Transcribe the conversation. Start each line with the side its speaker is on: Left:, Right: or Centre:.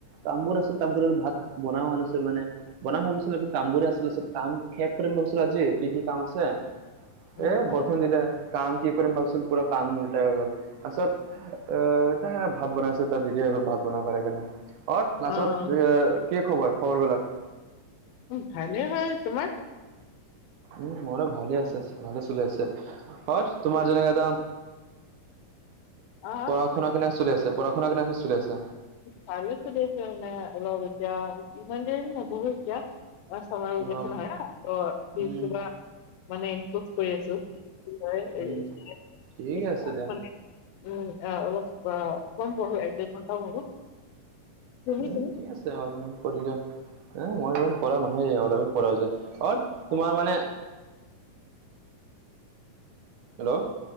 Right: কামবোৰ আছিল কাম কৰিব ভাত বনাও হোৱা নাছিল মানে বনাম ভাবিছিলো কিন্তু কামবোৰে আছিলে চব কাম শেষ কৰিম ভাবিছিলো আজি কি কি কাম আছে। এ
Left: উম হয়
Right: বৰষুণ দিলে কাম কি কৰিম ভাবচোন পুৰা কাম উল্টাই হৈ গল তাৰপিছত অ ভাত বনাই আছে তাৰ দিদি হৈ গ'ল ভাত বনোৱা কৰে সেইকাৰণে। অ লাচত
Left: অ',
Right: এ কি খবৰ খবৰ বিলাক?
Left: উম ভালে হয়, তোমাৰ?
Right: উম মোৰো ভালে আছে, ভালে চল আছে তত তোমাৰ যেনেকে
Left: আহা?
Right: পঢ়া - শুনা কেনে চলি আছে? পঢ়া - শুনা কেনে চলি আছে?
Left: ভালে চলি আছে এতিয়া অলপ এতিয়া ইমান দেৰি নপঢ়ো এতিয়া। অ চয় উম
Right: অ'
Left: গিছে নহয় ত পিছ
Right: উম
Left: কিবা মানে ইমপ্ৰুভ কৰি আছো হয়
Right: উম ঠিক
Left: <inaudible>
Right: আছে দিয়া
Left: উম অ অলপ অ কম পঢ়ো এক দেৰ ঘণ্টা পঢ়ো। তুমি
Right: উম
Left: তুমি?
Right: ঠিক আছে। অলপমান কৰিলেও মই য কৰা নহয় অলপে কৰা যায় আৰু তোমাৰ
Left: অ',
Right: মানে হেল্ল'?